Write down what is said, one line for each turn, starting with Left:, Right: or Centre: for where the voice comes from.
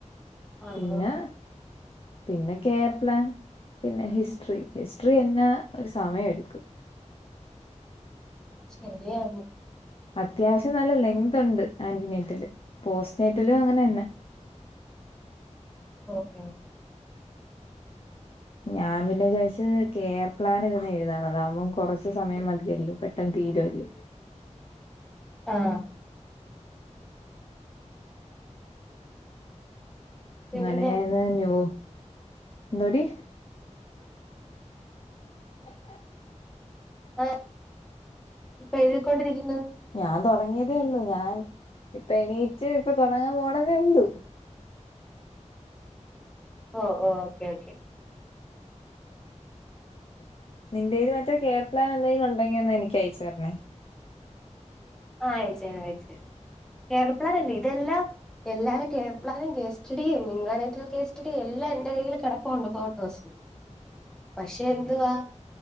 Centre: ആണോ
Left: പിന്നെ പിന്നെ കെയർപ്ലാൻ പിന്നെ ഹിസ്ട്രീ ഹിസ്ട്രീ എന്ന ഒരു സമയെടുക്കും
Centre: ശെരിയാകും
Left: അത്യാവശ്യം നല്ല ലെങ്ത്ണ്ട് ആന്റിനെറ്റല് പോസ്നെറ്റലും അങ്ങനന്നെ
Centre: ഓക്കെ ഓക്ക
Left: ഞാൻ പിന്നെ വിചാരിച്ച് കെയർ പ്ലാൻ ഇരുന്നഎഴുതാ അതാവുമ്പം കുറച്ചു സമയം മതിയല്ലോ പെട്ടെന്ന് തീരുവല്ലോ
Centre: ആഹ്
Left: അങ്ങനെ
Centre: പിന്നെ
Left: ഞാൻ ഇന്ന് ന്യൂ എന്താടി <inaudible>
Centre: ആഹ് ഇപ്പൊഴുതിക്കൊണ്ടിരിക്കുന്നു
Left: ഞാൻ തുടങ്ങിയതേള്ളൂ ഞാൻ ഇപ്പ എണീറ്റ് ഇപ്പ തുടങ്ങാൻപോണതേയുള്ളു
Centre: ഓഹ് ഓഹ് ഓക്കേ ഓക്കേ
Left: നിന്റെല് മറ്റേ കെയർ പ്ലാൻ എന്തേലും ഉണ്ടെങ്കി, ഒന്ന് എനക്ക് അയച്ച് തരണേ.
Centre: ആഹ് അയച്ച് തരാം അയച്ച് തരാം കെയർപ്ലാൻ അല്ലേ ഇതെല്ലാം എല്ലാരേം കെയർപ്ലാനും കേസ്റ്റഡിയും ഇട്രാനെറ്റൽ കേസ്റ്റഡിയും എല്ലാം എന്റെ കയ്യിൽ കിടപ്പുണ്ട് ഫോട്ടോസ് പക്ഷെ എന്തുവാ